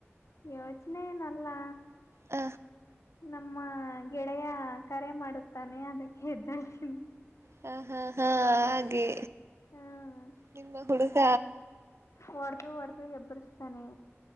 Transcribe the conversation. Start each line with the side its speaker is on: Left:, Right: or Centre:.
Left: ಯೋಚನೆ ಏನ್ ಅಲ್ಲಾ
Right: ಹ
Left: ನಮ್ಮ ಗೆಳೆಯ ಕರೆ ಮಾಡುತ್ತಾನೆ ಅದಕ್ಕೆ ಎದ್ದಳ್ತೀನಿ
Right: ಹಾ ಹಾ ಹಾ ಹಾಗೆ
Left: ಹ್ಮ್
Right: ನಿಮ್ಮ ಹುಡುಗ
Left: ಹೊಡದು ಹೊಡದು ಎಬ್ಬಿರಸ್ತಾನೆ